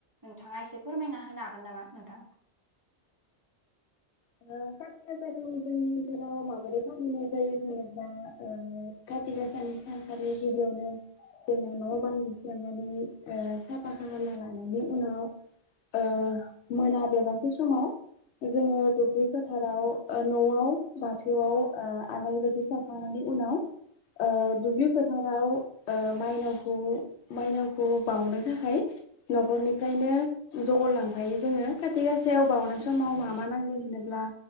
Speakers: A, on the right; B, on the left.
A: नोंथाङा एसे फोरमायना होनो हागोन नामा नोंथां?
B: औ खाथिगासाखौ जोंनि ओनसोलाव माबोरै फालिनाय जायो होनोब्ला ओ खाथि गाासानि सानखालि गिबियावनो जोङो न बां लिरस्रांनानै ओ साफा खालामना लानायनि उनाव ओ मोना बेलासि समाव जोङो दुब्लि फोथाराव ओ नआव बाथौआव ओ आलारि बाथि सावखांनायनि उनाव ओ दुब्लि फोथाराव ओ माइनावखौ मायनावखौ बाउनो थाखाय नखरनिफ्रायनो जगर लांफायो जोङो खाथि गासायाव बाउनाय सम- समाव माबा नांगौ होनोब्ला